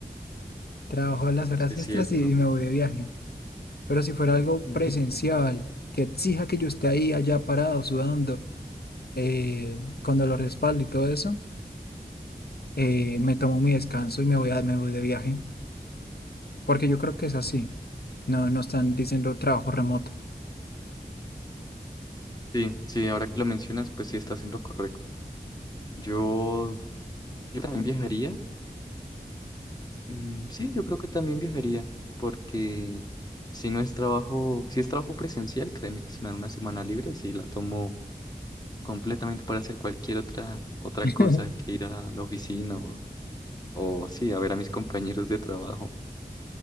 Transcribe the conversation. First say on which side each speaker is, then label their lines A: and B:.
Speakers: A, on the left (about 75°); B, on the left (about 25°).
A: Trabajo las horas
B: sí es
A: extras
B: cierto.
A: y, y me voy de viaje. Pero si fuera algo
B: <laughs>
A: presencial, que exija que yo esté ahí, allá parado, sudando, eh, con dolor de espalda y todo eso. eh, me tomo mi descanso y me voy a, me voy de viaje, porque yo creo que es así. No, no están diciendo trabajo remoto.
B: Sí, sí, sí, ahora que lo mencionas, pues sí estás en lo correcto. Yo, yo también viajaría. Mm, sí, yo creo que también viajaría, porque si no es trabajo, si es trabajo presencial, créeme que si me dan una semana libre, sí la tomo completamente para hacer cualquier otra, otra
A: <laughs>
B: cosa que ir a la oficina o, o sí, a ver a mis compañeros de trabajo.